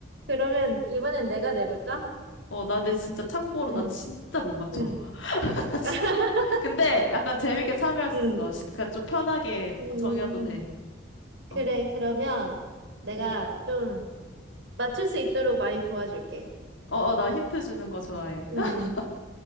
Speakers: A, on the right; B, on the left.
A: 그러면 이번엔 내가 내볼까?
B: 어, 나 근데 진짜 참고로
A: 응.
B: 나 진짜 못 맞춰.
A: 응.
B: <laughs>
A: <laughs>
B: 진- 근데 약간 재밌게 참여할 수
A: 응.
B: 있어. 시, 그러니까 좀 편하게
A: 음,
B: 정해도 돼.
A: 그래,
B: 어,
A: 그러면 내가
B: 응?
A: 좀 맞출 수 있도록 많이 도와줄게.
B: 어, 어, 나 힌트 주는 거 좋아해.
A: 음,
B: <laughs>